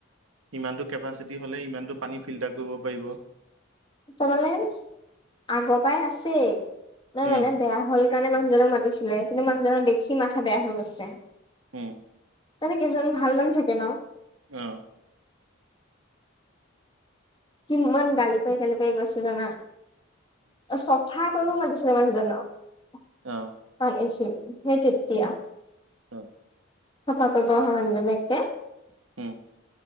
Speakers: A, on the right; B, on the left.
A: ইমানটো কেপাচিটি হ'লে ইমানটো পানী ফিল্টাৰ কৰিব পাৰিব।
B: তাৰমানানে আগৰপাই আছেই, নহয়
A: উম,
B: মানে বেয়া হ'ল কাৰণে মানুহজনক মাতিছিলে কিন্তু মানুহজনৰ দেখি মাথা বেয়া হৈ গৈছে।
A: হুম।
B: মানে কিছুমান ভাল মানুহ থাকে ন'।
A: অ'।
B: কিমান গালি পাৰি গালি পাৰি গৈছে জানা। অ' চফা কৰিব মাতিছি <unintelligible>
A: অ',
B: সেই তেতিয়া।
A: হুম।
B: চফা কৰিব অহা মানুহজন একে
A: উম,